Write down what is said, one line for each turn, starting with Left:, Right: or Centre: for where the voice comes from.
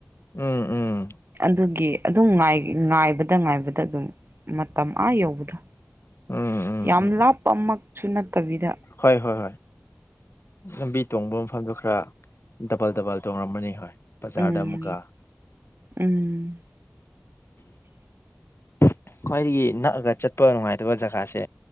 Left: ꯎꯝ ꯎꯝ
Right: ꯑꯗꯨꯒꯤ ꯑꯗꯨꯝ ꯉꯥꯏ ꯉꯥꯏꯕꯗ ꯉꯥꯏꯕꯗ ꯑꯗꯨꯝ ꯃꯇꯝ ꯑꯥ ꯌꯧꯕꯗꯣ
Left: ꯎꯝ ꯎꯝ
Right: ꯌꯥꯝ
Left: ꯎꯝ
Right: ꯂꯥꯞꯄꯃꯛ ꯁꯨꯅꯠ ꯇꯕꯤꯗ
Left: ꯍꯣꯏ ꯍꯣꯏ ꯍꯣꯏ ꯂꯝꯕꯤ ꯇꯣꯡꯕ ꯃꯐꯝꯗꯣ ꯈꯔ ꯗꯕꯜ ꯗꯕꯜ ꯇꯣꯡꯔꯝꯒꯅꯤ ꯍꯣꯏ ꯕꯖꯥꯔꯗ
Right: ꯎꯝ
Left: ꯑꯃꯨꯛꯀ
Right: ꯎꯝ
Left: <unintelligible> ꯈ꯭ꯋꯥꯏꯗꯒꯤ ꯅꯛꯑꯒ ꯆꯠꯄ ꯅꯨꯡꯉꯥꯏꯇꯕ ꯖꯒꯥꯁꯦ